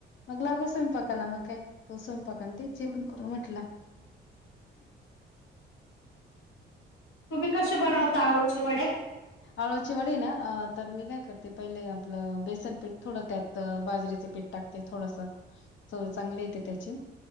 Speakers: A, on the left; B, on the left.
A: मग लागो स्वयंपाकाला मग काय तो स पका ते जेव करू म्हटलं
B: तुम्ही कसे बनवता अळूचे वडे
A: आळचचे वडे ना अ तर मी काय करते पहिले आपलं बेसन पीठ थोडं त्यात बाजरीेचे पीठ टाकते थोड चांगले येते त्याचे